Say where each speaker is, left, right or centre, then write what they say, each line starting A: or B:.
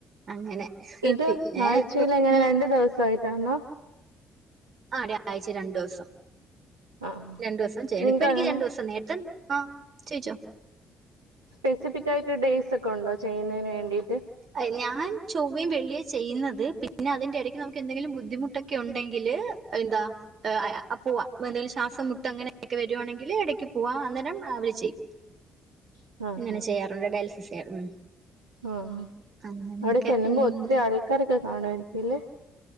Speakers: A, on the right; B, on the right.
A: അങ്ങനെ.
B: ഇത്.
A: പിന്നെ
B: ആഴ്ചയിൽ അങ്ങനെ
A: ഉം.
B: രണ്ടു ദിവസയിട്ടാണോ?
A: ആ രാഴ്ച രണ്ടൂസം.
B: ആ
A: രണ്ടൂസം ചെയ്യണം,
B: നിങ്ങൾക്ക്
A: ഇപ്പ എനിക്ക്
B: അങ്ങനെ
A: രണ്ടൂസം നേര ത്തെ ആഹ ചോയ്ച്ച.
B: സ്പെസഫിക് ആയിട്ട് ഡേയ്സ് ഒക്കെ ഉണ്ടോ ചെയ്യുന്നതിന് വേണ്ടി?
A: അയ് ഞാൻ ചൊവ്വയും വെിള്ളിയാ ചെയ്യുന്നത്. പിന്നെ അതിന്റെ എടക്ക് നമുക്ക് എന്തെങ്കിലും ബുദ്ധിമുട്ടൊക്കെ ഉണ്ടെങ്കില് ല് എന്താ അ പൂവ, എന്ടെങ്കിലും ശ്വാസം മുട്ട് അങ്ങനെയൊക്കെ വരുവാണെങ്കിൽ ഇടക്ക് പോവാ അന്നേരം മ് അവര് ചെയ്യും.
B: <inaudible> ആഹ്
A: അങ്ങനെ ചെയ്യാറുണ്ട് ഡയാലിസിസ് ചെയ്യറ് ഉം.
B: ആഹ.
A: അങ്ങനെയൊക്കെ.
B: അവിടെ ചെല്ലുമ്പോ
A: ഉം.
B: ഒത്തിരി ആൾക്കാരൊക്കെ കാണുവായിരിക്കും ല്ലേ?